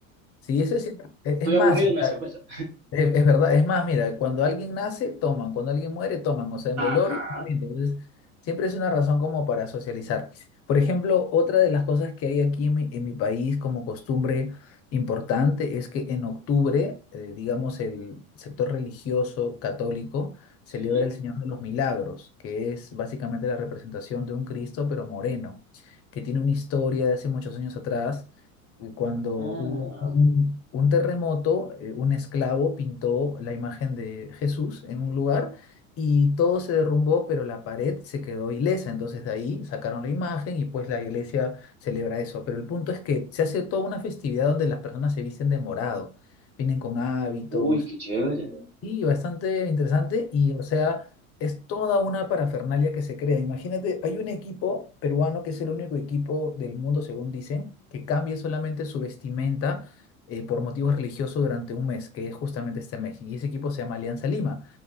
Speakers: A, on the left; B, on the right.
A: sí, eso es cierto. Es
B: Estoy
A: es más,
B: aburrido,
A: o
B: una
A: sea,
B: cerveza.
A: Es, es verdad, es más, mira, cuando alguien nace, toman, cuando alguien muere, toman, o sea, en
B: Ajá,
A: velorio, también, entonces, siempre es una razón como para socializar. Por ejemplo, otra de las cosas que hay aquí en mi, en mi país como costumbre importante es que en octubre, eh, digamos, el sector religioso católico celebra
B: sí.
A: el Señor de los Milagros, que es básicamente la representación de un Cristo, pero moreno, que tiene una historia de hace muchos años atrás eh, cuando
B: Ah,
A: hubo un, un terremoto, eh, un esclavo pintó la imagen de Jesús en un lugar y todo se derrumbó, pero la pared se quedó ilesa. Entonces de ahí sacaron la imagen y pues la iglesia celebra eso. Pero el punto es que se hace toda una festividad donde las personas se visten de morado, vienen con hábitos
B: uy, qué chévere.
A: y bastante interesante y, o sea, es toda una parafernalia que se crea. Imagínate, hay un equipo peruano que es el único equipo del mundo, según dicen, que cambia solamente su vestimenta eh, por motivos religiosos durante un mes, que es justamente este mes. Y ese equipo se llama Alianza Lima.